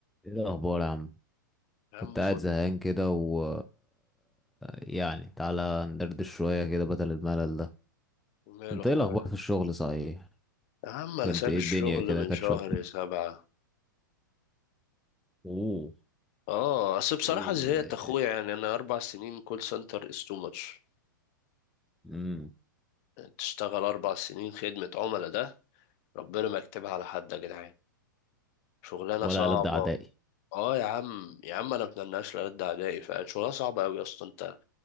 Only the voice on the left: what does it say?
يا عم
فل
وماله
اخويا
يا عم
انا سايب
الشغل
من
شهر
سبعة
اه اصل بصراحة
زهقت
اخويا يعني انا اربع سنين كول سنتر از تو ماتش
تشتغل اربع سنين خدمة عملاء ده ربنا ما يكتبها على حد يا جدعان شغلانة
صعبة
اه يا عم يا عم انا متناش لرد اعدائي فعلا شغلانة صعبة اوي يا اسطى انت